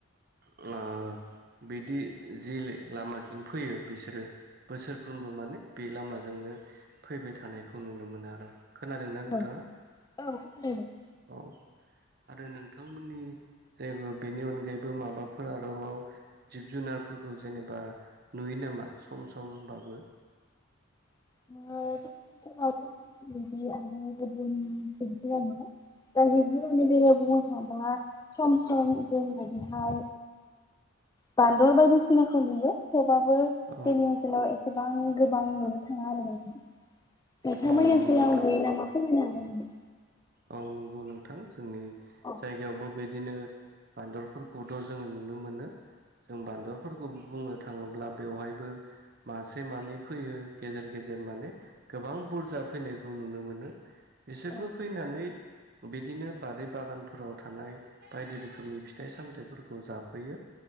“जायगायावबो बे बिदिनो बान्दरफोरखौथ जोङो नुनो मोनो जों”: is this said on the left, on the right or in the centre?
Right